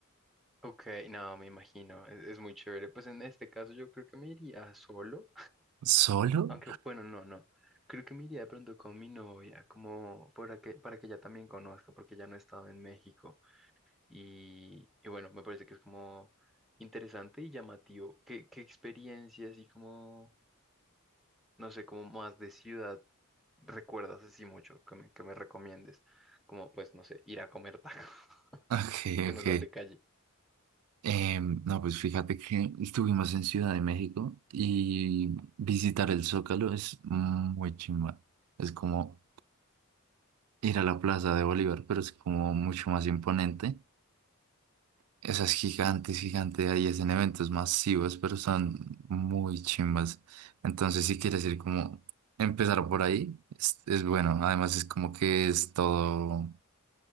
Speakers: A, in the centre; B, on the right.
A: Ok, no, me imagino, es, es muy chévere. Pues en este caso yo creo que me iría solo,
B: ¿Solo?
A: aunque bueno, no, no. Creo que me iría de pronto con mi novia, como para que, para que ella también conozca, porque ya no he estado en México. Y, y bueno, me parece que es como interesante y llamativo. ¿Qué, qué experiencia así como, no sé, como más de ciudad recuerdas así mucho que me, que me recomiendes? Como, pues, no sé, ir a comer tacos <laughs>
B: Ok,
A: que
B: ok.
A: no sean de calle.
B: Em, no, pues fíjate que estuvimos en Ciudad de México y visitar el Zócalo es muy chimba. Es como ir a la Plaza de Bolívar, pero es como mucho más imponente. Esas gigantes, gigantes, ahí hacen eventos masivos, pero son muy chimbas. Entonces, si quieres ir como empezar por ahí, es, es bueno. Además, es como que es todo.